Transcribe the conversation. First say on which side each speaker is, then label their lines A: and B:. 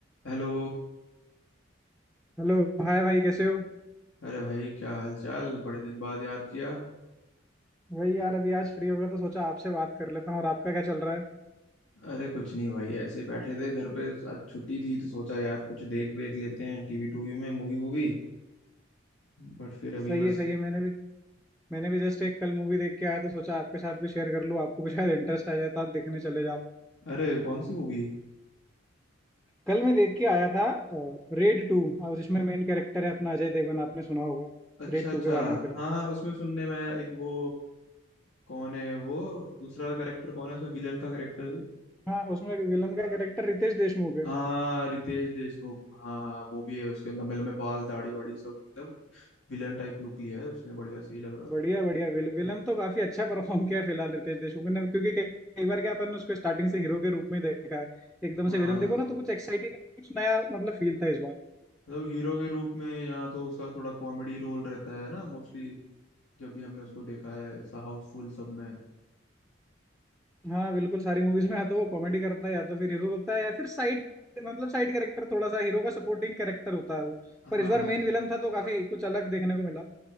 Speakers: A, on the left; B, in the centre.
A: हेलो
B: Hello Hi भाई कैसे हो
A: अरे भाई क्या हाल चाल बड़े दिन बाद याद किया
B: भाई यार अभी आज फ्री होगा तो सोचा आपसे बात कर लेता हूँ और आपका क्या चल रहा है
A: अरे कुछ नहीं भाई ऐसे बैठे थे घर पे आज छुट्टी थी तो सोचा यार कुछ देख वेख लेते हैं टीवी टूवी में मूवी वूवी बट फिर अभी
B: सही
A: बस
B: है सही है मैंने भी मैंने भी जस्ट एक कल मूवी देख के आया तो सोचा आपके साथ भी शेयर कर लूँ आपको भी शायद इंटरेस्ट आ जाए तो आप देखने चले जाओ
A: अरे कौन सी मूवी
B: कल मैं देख के आया था रेड टू और जिसमें मेन कैरेक्टर है अपना अजय देवगन आपने सुना होगा
A: अच्छा
B: रेड
A: अच्छा
B: टू के बारे में फिलहाल
A: हाँ उसमें सुनने में आया, एक वो कौन है वो दूसरा करेक्टर कौन है उसमें विलन का करेक्टर
B: हाँ उसमें विलन का कैरेक्टर रितेश देशमुख है
A: हाँ रितेश देशमुख हाँ हाँ वो भी है उसके लंबे लंबे बाल दाढ़ी वाड़ी सब एकदम विलन टाइप लुक लिया है उसने बढ़िया सही लग रहा
B: बढ़िया
A: था
B: बढ़िया विल, विलन तो काफी अच्छा परफॉर्म किया है फिलहाल रितेश देशमुख ने क्योंकि कई, कई बार क्या अपन ने उसको स्टार्टिंग से हीरो के रूप में देखा है एकदम
A: हाँ
B: से विलन देखो ना तो कुछ एक्साइटिंग कुछ नया मतलब फील था इस बार
A: मतलब हीरो के रूप में यहाँ तो उसका थोड़ा कॉमेडी रोल रहता है ना मोस्टली जब भी हमने उसको देखा है ऐसा हाउसफुल सब में
B: हाँ बिल्कुल सारी मूवीज में या तो वो कॉमेडी करता है या तो फिर हीरो होता है या फिर साइड मतलब साइड कैरेक्टर थोड़ा सा हीरो का सपोर्टिंग कैरेक्टर होता है वो
A: हाँ
B: पर इस बार मेन विलन था तो काफी कुछ अलग देखने को मिला